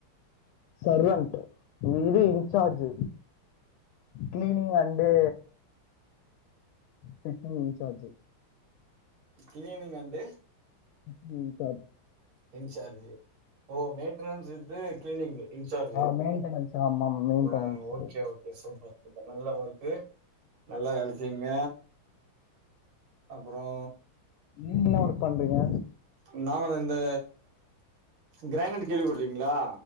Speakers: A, on the left; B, on the right.
A: சர்வன்ட் இது incharge cleaning and sitting incharge
B: cleaning and
A: city incharge
B: incharge ஓ மெயின்டெய்ன்னஸ் வித்து கிளீனிங்கு இன்சார்ஜ்
A: ஆ மெயின்டெனன்ஸ் ஆமாம் maintenance
B: ஆ okay okay super super நல்லா ஒர்க்கு நல்லா வேல செய்ங்க அப்புறோ
A: நீ என்ன ஒர்க் பண்றீங்க
B: நாம வந்து இந்த கிரானைட் கேள்விப்பட்ருகீங்களா